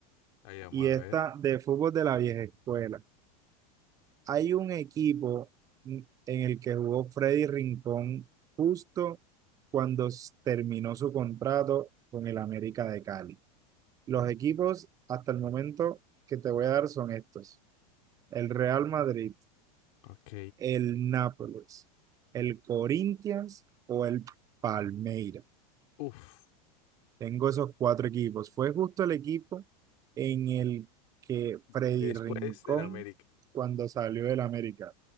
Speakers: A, on the left; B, on the right.
A: Ahí vamos
B: Y
A: a
B: esta
A: ver.
B: de fútbol de la vieja escuela. Hay un equipo en el que jugó Freddy Rincón justo cuando s- terminó su contrato con el América de Cali. Los equipos hasta el momento que te voy a dar son estos. El Real Madrid,
A: Ok.
B: el Nápoles, el Corinthians o el Palmeiras.
A: Uf.
B: Tengo esos cuatro equipos. Fue justo el equipo en el que Freddy
A: Después
B: Rincón,
A: del América.
B: cuando salió del América,